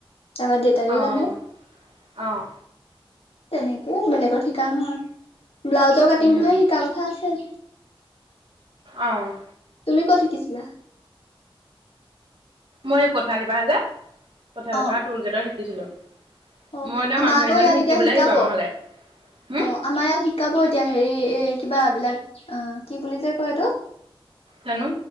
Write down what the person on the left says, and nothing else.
তাৰপৰা দে তাইও
জানে,
তেনেকে বেলেগত শিকা নহয়। ব্লাউজৰ কাটিংটোহে
শিকাৰ কথা আছে। তুমি
ক'ত শিকিছিলা?
অ
অ'
আমাৰ
আকৌ
ইয়াত
এতিয়া শিকাব।
অ'।
আমাৰ ইয়াত শিকাব এতিয়া হেৰি এ কিবা এই বিলাক অ কি বুলি যে কয় এইটো